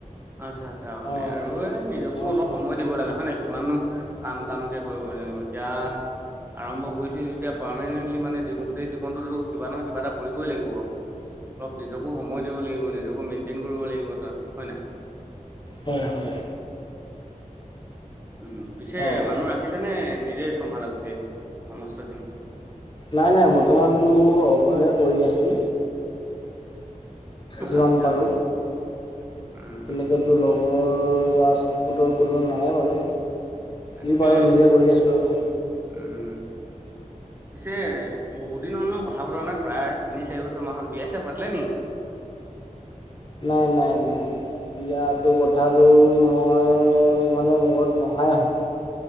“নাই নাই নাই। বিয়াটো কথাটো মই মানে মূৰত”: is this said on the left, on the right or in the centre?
Left